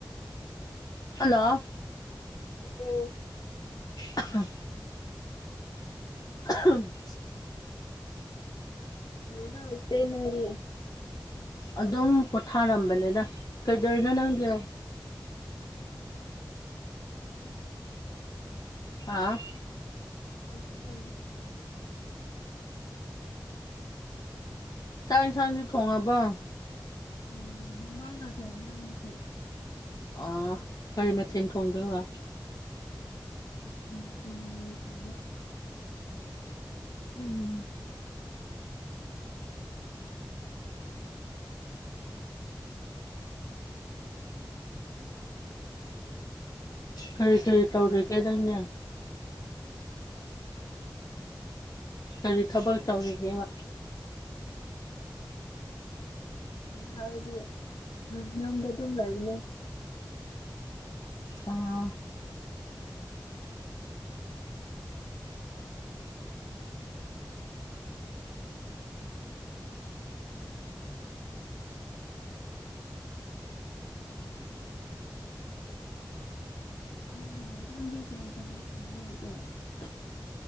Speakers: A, on the left; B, on the left.
A: ꯎꯝ
B: ꯄꯨꯂꯣ
A: ꯑꯗꯣ
B: ꯑ ꯎꯝ
A: ꯅ ꯁꯦꯅꯤ ꯃꯗꯤ
B: ꯑꯗꯨꯝ ꯄꯣꯊꯥꯔꯝꯕꯅꯤꯗ ꯀꯩꯗꯧꯔꯤꯅꯣ ꯅꯪꯗꯤ
A: ꯎꯝ ꯎ ꯊꯝ
B: ꯑ
A: ꯄꯩꯁ ꯇ
B: ꯇꯏ ꯊꯥꯡ ꯊꯣꯡꯉꯕ
A: ꯎꯝ ꯃꯃ ꯅ ꯊ ꯋꯥꯗ ꯉꯁꯤ
B: ꯑ ꯀꯔꯤ ꯃꯊꯦꯟ ꯊꯣꯡꯗꯕ
A: ꯎꯝ ꯎꯝ
B: ꯎꯝ ꯈꯔꯤ ꯈꯔꯤ ꯇꯧꯔꯔꯤ ꯀꯩꯗꯪꯅ ꯑꯗꯨꯗꯤ ꯊꯕꯛ ꯇꯧꯔꯤꯒꯦꯕ
A: ꯍꯥꯏꯗꯤ ꯌꯗ <inaudible> ꯑꯗꯨꯝ ꯂꯩꯅꯤ
B: ꯑꯥ
A: ꯎꯝ ꯉꯥꯟꯗꯦ ꯀ ꯀꯃ ꯀꯦ <unintelligible> <inaudible>